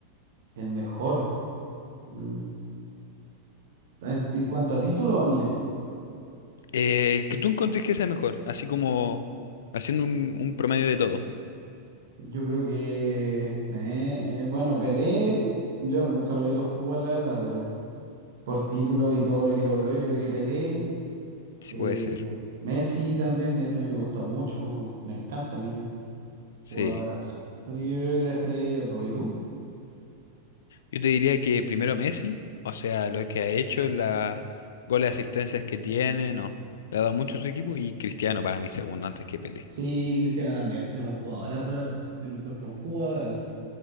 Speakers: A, on the right (about 55°); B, on the left (about 60°).
A: El mejor, mm, en, en cuanto a título o nivel,
B: Eh, el que tú encuentres que sea mejor, así como haciendo un, un promedio de todo,
A: yo creo que, me, eh, bueno, Pelé, yo no- nunca lo vi lo jugar, la verdad, pero por título y todo lo que logró, yo creo que Pelé
B: si
A: Eh,
B: puede ser.
A: Messi también, Messi a mí me gusta mucho, me gust- me encanta Messi,
B: Sí.
A: jugadorazo. Así que yo creo que dejaré ellos dos. ¿Y tú?
B: Yo te diría que primero Messi, o sea, lo que ha hecho, la goles, asistencias que tiene, no, le ha dado mucho a su equipo y Cristiano para mí segundo antes que Pelé.
A: Sí, Cristiano también, es un jugadorazo, la verdad. Yo lo encuentro un jugadorazo.